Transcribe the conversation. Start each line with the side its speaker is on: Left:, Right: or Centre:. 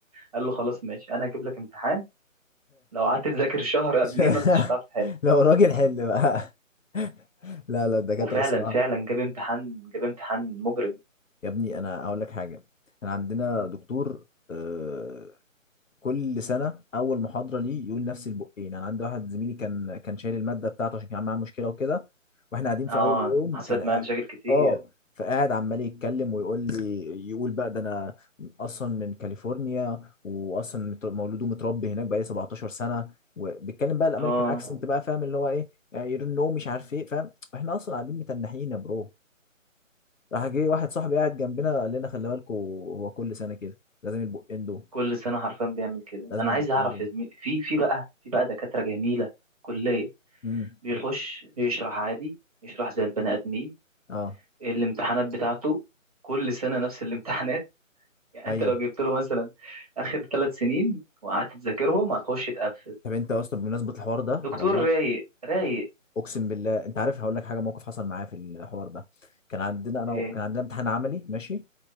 Right: قال له خلاص ماشي انا هجيب لك امتحان لو قعدت تذاكر شهر قبليه
Left: <laughs>
Right: ما انتش هتعرف تحل
Left: لو راجل حل بقى <laughs> لا لا الدكاتره
Right: وفعلا
Left: الصراحه
Right: فعلا جاب امتحان جاب امتحان مجرم
Left: يا ابني انا هقول لك حاجه احنا عندنا دكتور آه، كل سنه اول محاضره ليه يقول نفس البقين انا عندي واحد زميلي كان كان شايل الماده بتاعته عشان كان معاه مشكله وكده واحنا قاعدين في
Right: اه
Left: اول يوم
Right: حصلت
Left: كان قا-
Right: معايا مشاكل كتير
Left: اه فقاعد عمال يتكلم ويقول لي يقول بقى ده انا اصلا من كاليفورنيا واصلا متر- مولود ومتربي هناك بقالي 17 سنه وبيتكلم بقى الامريكان
Right: اه
Left: اكسنت بقى فاهم اللي هو ايه يرنو مش عارف ايه فاهم احنا اصلا قاعدين متنحين يا برو راح جه واحد صاحبي قاعد جنبنا قال لنا خلي بالكوا هو كل سنه كده لازم البقين دول
Right: كل سنة حرفيا بيعمل كده
Left: لازم
Right: أنا
Left: البقين
Right: عايز أعرف يا زميلي في في بقى في بقى دكاترة جميلة كلية
Left: دول
Right: بيخش يشرح عادي يشرح زي البني آدمين
Left: اه
Right: الامتحانات بتاعته كل سنة نفس الامتحانات <laughs> يعني
Left: ايوه
Right: أنت لو جبت له مثلا آخر ثلاث سنين وقعدت تذاكرهم هتخش تقفل
Left: طب انت يا اسطى بمناسبه الحوار ده
Right: دكتور
Left: والله
Right: رايق رايق
Left: اقسم بالله انت عارف هقول لك حاجه موقف حصل معايا في الحوار ده كان عندنا انا
Right: إيه
Left: و... كان عندنا امتحان عملي ماشي